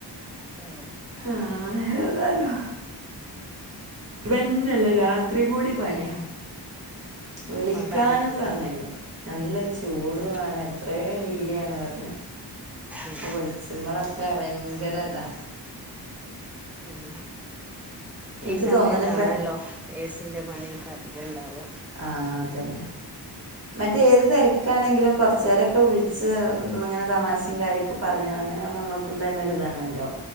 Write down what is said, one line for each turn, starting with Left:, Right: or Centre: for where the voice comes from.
Centre: ഓ.
Right: ആ ഏതാലും. വെന്നല്ല രാത്രി കൂടി പണിയാ. വിളിക്കാനും
Centre: ഇപ്പവടെ നല്ല ചൂടല്ലേ
Right: സമയല്ല. നല്ല ചൂടു
Centre: ഉം
Right: ആണ് എത്രേ ഡിഗ്രിയാണ്റഞ്ഞു.
Centre: ഉം
Right: വളിച്ചുമ്പളൊക്കെ ഭയങ്കര താ.
Centre: ഉം
Right: എനിക്ക്
Centre: ഈ സമയത്താണല്ലോ
Right: തോന്നണിപ്പേ
Centre: ഏസിന്റെ പണിയൊക്കെ അധികണ്ടാവ.
Right: ആ അതന്നെ. മറ്റേത് ഏത് തെരക്കാണെങ്കിലുംകുറച് നേരൊക്കെ വിളിച്ച് ഇങ്ങനെ തമാശയും കാര്യൊക്കെ പറഞ്ഞ്. അങ്ങനെ ആുമ്പോ നമുക്ക് കും തന്നൊരിതാണല്ലോ